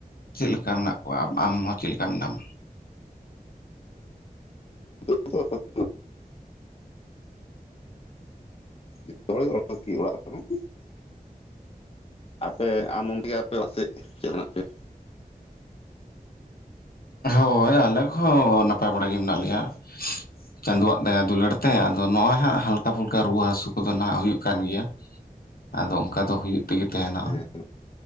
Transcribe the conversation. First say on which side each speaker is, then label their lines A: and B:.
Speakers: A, on the left; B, on the left.
A: ᱪᱮᱫ ᱞᱮᱠᱟ ᱢᱮᱱᱟᱜ ᱠᱚᱣᱟ ᱟᱢ ᱦᱚ ᱪᱮᱫ ᱞᱮᱠᱟ ᱢᱮᱱᱟᱢᱟ?
B: <unintelligible> ᱡᱚᱛᱚ ᱦᱚᱲ ᱜᱮ ᱚᱲᱟᱜ ᱠᱚᱨᱮ ᱜᱮ ᱾ ᱟᱯᱮ ᱟᱢ ᱚᱱᱛᱮ ᱟᱯᱮ ᱯᱟᱥᱮᱡ ᱪᱮᱫ ᱦᱮᱱᱟᱜ ᱯᱮᱭᱟ? <unintelligible>
A: ᱦᱳᱭ ᱟᱞᱮ ᱠᱚᱦᱚᱸ ᱱᱟᱯᱟᱭ ᱵᱟᱲᱟ ᱜᱮ ᱢᱮᱱᱟᱜ ᱞᱮᱭᱟ ᱾ ᱪᱟᱸᱫᱳᱣᱟᱜ ᱫᱟᱭᱟ ᱫᱩᱞᱟᱹᱲ ᱛᱮ ᱟᱫᱚ ᱱᱚᱜᱼᱚᱭ ᱦᱟᱜ ᱦᱟᱞᱠᱟᱼ ᱯᱩᱞᱠᱟᱹ ᱨᱩᱣᱟᱹ ᱦᱟᱹᱥᱩ ᱠᱚᱫᱚ ᱦᱟᱸᱜ ᱦᱩᱭᱩᱜ ᱠᱟᱱ ᱜᱮᱭᱟ ᱾ ᱟᱫᱚ ᱚᱱᱠᱟ ᱫᱚ ᱦᱩᱭᱩᱜ ᱛᱮᱜᱮ ᱛᱟᱦᱮᱱᱟ
B: ᱦᱮᱸ